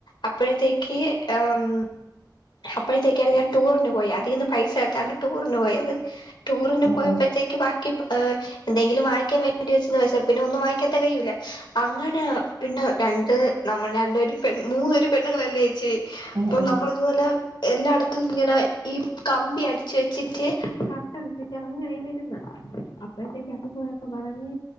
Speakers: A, on the left; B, on the right.
A: അപ്പോഴത്തേക്ക് ഉം അപ്പോഴത്തേക്കാണ് ഞാൻ ടൂറിന് പോയാ ഇതീന്ന് പൈസ എടുത്താണ്ട് ടൂറിന് പോയത് ടൂറിന്
B: ഉം
A: പോയപ്പോഴത്തേക്ക്
B: ഉം
A: ബാക്കി പൈ ഹ എന്തെങ്കിലും വായിങ്ങക്കാൻ വേണ്ടി വെച്ചിരുന്ന പൈസ പിന്നെ ഒന്നും വാങ്ങിക്കാൻ തികയുല്ല അങ്ങനെ പിന്നെ രണ്ട് നമ്മ രണ്ടരുെ മൂന്നരു പെണ്ണുങ്ങളല്ലേ ചേച്ചി
B: ഉം
A: അപ്പൊ
B: ഉം
A: നമ്മൾ ഇത്പോലെ എല്ലാടെത്തും ഇങ്ങനെ ഈ കമ്പി അടിച്ച് വെച്ചിട്ട് കർട്ടൺ <unintelligible> അങ്ങനെയങ്ങ് ഇര്ന്ന് അപ് പൈസക്കപ്പപ്പോയൊക്കെ പറഞ്ഞ്